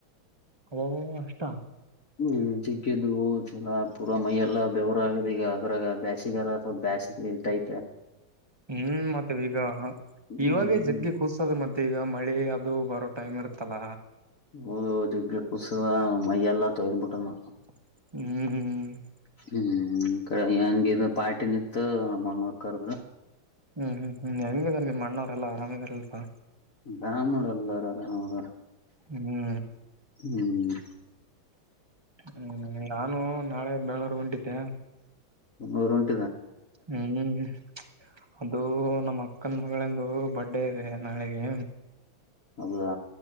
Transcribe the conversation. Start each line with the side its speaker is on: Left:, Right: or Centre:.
Right: ಅವವಾವ್ ಅಷ್ಟ.
Left: ಹ್ಮ್ ಜಿಗ್ಗಿದ್ದು ಚಲಾ ಪೂರ ಮೈಯ್ ಎಲ್ಲ ಬೆವರ ಆಗದೆ ಈಗ ಅದ್ರಾಗ ಬ್ಯಾಸಿಗೆಲ್ಲ ಸ್ವಲ್ಪ ಬ್ಯಾಸಿಗ್ ಟೈಪ್ ಆಯ್ತೆ.
Right: ಹ್ಮ್ ಮತ್ತ ವಿಗಾಹ
Left: ಹ್ಮ್
Right: ಇವಾಗೇ ಜಗ್ಗಿ ಕುಸೋದ್ ಮತ್ ಮತ್ ಈಗ ಮಳಿ ಅದು ಬರೋ ಟೈಮ್ ಇರುತ್ತಲ್ಲ.
Left: ಓದು ಜಗ್ರಿ ಕೂಸು ಅ ಮೈಯಲ್ಲ ತೊಯ್ದ್ಬುಟ್ಟ ನೋಡ್.
Right: ಹ್ಮ್.
Left: ಹ್ಮ್ ಕ ಹೆಂಗಿದ ಪಾರ್ಟಿ ನಿತ್ತು ನಮ್ಮನ್ ವರ್ಕರ್.
Right: ಹ್ಮ್ ಹ್ಮ್ ಹ್ಮ್ ಹೆಂಗಿದಾರ್ ನಿಮ್ಮ್ ಅಣ್ಣವ್ರ ಎಲ್ಲಾ ಆರಾಮಿದರಲ್ಪಾ.
Left: ಬ್ರಾಮುಡ್ ಎಲ್ಲರ್ ಅಲ್ ಅವಾಗ.
Right: ಹ್ಮ್
Left: ಹ್ಮ್
Right: ಹ್ಮ್ ನಾನು ನಾಳೆ. ನಳಾರ್ ಹೊಂಟಿದ್ದೆ.
Left: ನಮ್ಮೊರ್ ಹೊಂಟ್
Right: ಹ್ಮ್ ಹ್ಮ್ ಅದು. ನಮ್ ಅಕ್ಕನ್ ಮಗ್ಳಂದು ಬರ್ಡೇ ಇದೆ ನಾಳೆಗೆ.
Left: ಹೌದಾ.